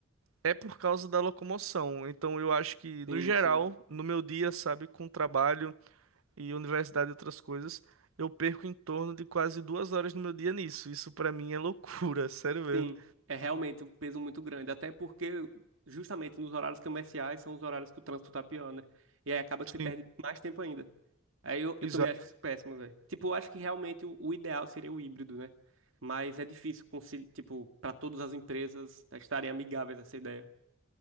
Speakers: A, on the right; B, on the right.
A: é por causa da locomoção. Então, eu acho que,
B: sim,
A: no geral,
B: sim.
A: no meu dia, sabe, com trabalho. e universidade e outras coisas, eu perco em torno de quase duas horas no meu dia nisso. Isso pra mim é loucura, <laughs> sério mesmo.
B: Sim, é realmente um peso muito grande. Até porque, justamente nos horários comerciais, são os horários que o trânsito tá pior, né? E aí acaba que você
A: Sim,
B: perde mais tempo ainda. Aí eu,
A: exato.
B: eu também acho isso péssimo, velho. Tipo, eu acho que realmente o, o ideal seria o híbrido, né? Mas é difícil, concili- tipo, para todas as empresas estarem amigáveis a essa ideia.